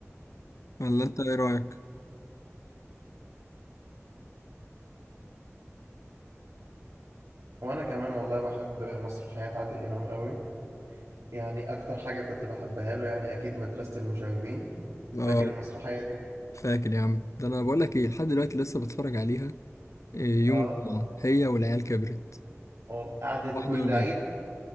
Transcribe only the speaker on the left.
ولا انت ايه رايك
اه
فاكر يا عم ده انا بقول لك ايه لحد دلوقتي لسه بتفرج عليها إيه،
يوم الجمعة هي والعيال كبرت
واحدة
من
بينهم